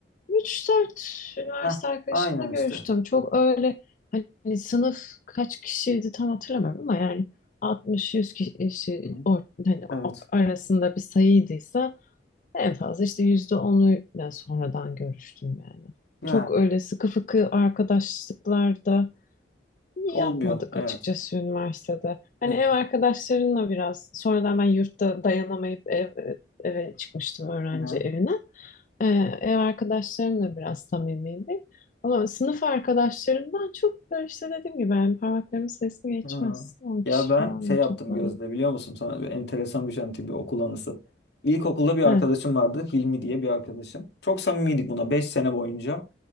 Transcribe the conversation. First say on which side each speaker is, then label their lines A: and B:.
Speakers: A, on the left; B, on the left.
A: üç dört üniversite
B: Heh,
A: arkadaşımla
B: aynen
A: görüştüm.
B: işte.
A: Çok öyle hani sınıf kaç kişiydi tam hatırlamıyorum ama yani 60-100 kişi
B: Hı hı.
A: hani
B: Evet.
A: o- arasında bir sayıydıysa En fazla işte yüzde onuyla sonradan görüştüm yani.
B: Yani
A: Çok öyle sıkı fıkı arkadaşlıklarda
B: olmuyor.
A: yapmadık
B: Evet.
A: açıkçası üniversitede. Hani
B: Hı
A: ev arkadaşlarınla biraz sonradan ben yurtta dayanamayıp ev, eve çıkmıştım öğrenci
B: hı.
A: evine. Ee, ev arkadaşlarımla biraz samimiydik. Ama sınıf arkadaşlarımdan çok böyle işte dediğim gibi yani parmaklarımın sayısı geçmez.
B: Ha.
A: on kişi
B: Ya ben
A: falandır
B: şey yaptım
A: toplamda.
B: Gözde biliyor musun sana bir enteresan bir şey anlatayım bir okul anısı. İlkokulda bir arkadaşım
A: Evet.
B: vardı Hilmi diye bir arkadaşım. Çok samimiydik buna 5 sene boyunca.